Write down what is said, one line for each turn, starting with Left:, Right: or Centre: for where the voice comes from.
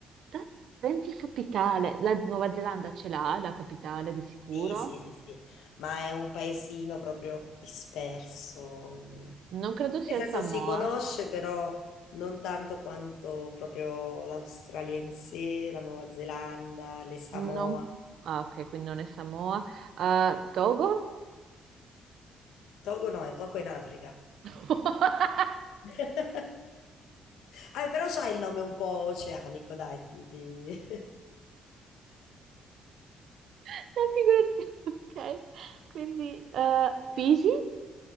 Right: Da- Pensi capitale. La Nuova Zelanda ce l'ha, la capitale di sicuro.
Left: sì, sì, sì, sì, ma è un paesino proprio disperso,
Right: Non credo sia
Left: nel senso
Right: Samoa.
Left: si conosce però non tanto quanto proprio l'australiense, la Nuova Zelanda, le Samoa,
Right: No. Ah, ok, quindi non è Samoa. Eh, Togo?
Left: Togo no, è Togo è in Africa.
Right: <laughs>
Left: <laughs> Ah, però c'ha il nome un po' oceanico, dai, tipi.
Right: La figura di... Ok, quindi eh, Fiji?